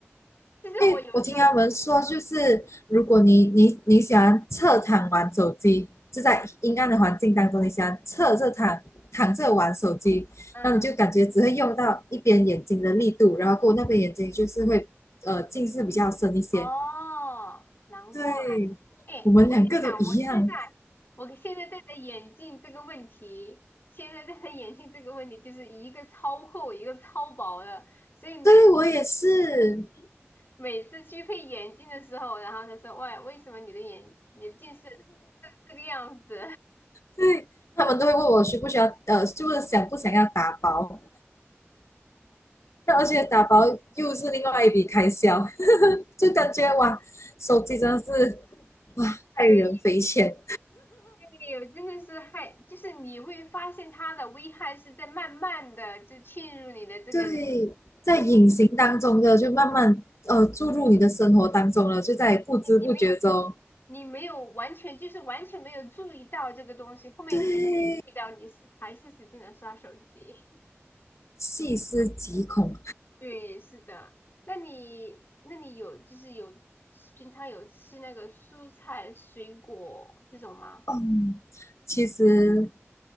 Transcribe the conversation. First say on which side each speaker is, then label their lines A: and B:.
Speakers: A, on the left (about 50°); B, on the left (about 80°).
A: <laughs> 就是我有一个，
B: 因为我听他们说，就是如果你你你喜欢侧躺玩手机，就在阴暗的环境当中，你喜欢侧着躺躺着玩手机，
A: 嗯，
B: 那你就感觉只会用到一边眼睛的力度，然后过后那边眼睛就是会呃近视比较深一些。
A: 哦，难怪，
B: 对，
A: 哎，
B: 我们两个都一样。
A: 我跟你讲，我现在，我现在戴的眼镜这个问题，现在戴的眼镜这个问题，就是一个超厚，一个超薄的，所以每
B: 对我也是。
A: 每次去配眼镜的时候，然后他说，喂，为什么你的眼眼镜是这个样子？
B: 对，他们都会问我需不需要呃，就是想不想要打包。那而且打包又是另外一笔开销，<laughs> 就感觉哇，手机真的是哇，害人匪浅。
A: <laughs> 以。对，真的是害，就是你会发现它的危害是在慢慢的就侵入你的这个人，
B: 对，在隐形当中的就慢慢呃注入你的生活当中了，
A: 呃你
B: 就在不知不觉中，
A: 你没有你没有完全就是完全没有注意到这个东西，后面即使你注意到，
B: 对，
A: 你是还是使劲的刷手机。<laughs>
B: 细思极恐。
A: 对，是的。那你那你有就是有平常有吃那个蔬菜水果这种吗？
B: 嗯，其实